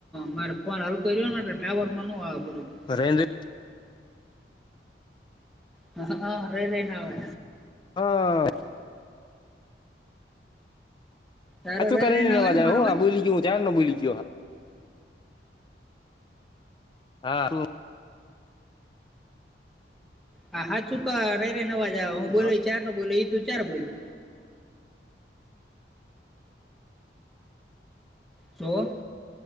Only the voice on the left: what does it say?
પર.
હા.
હચું
કરી
ને, નવાજા
હ બોલી ગયો હું, ધ્યાન ના બોલી ગયો. હા.
જો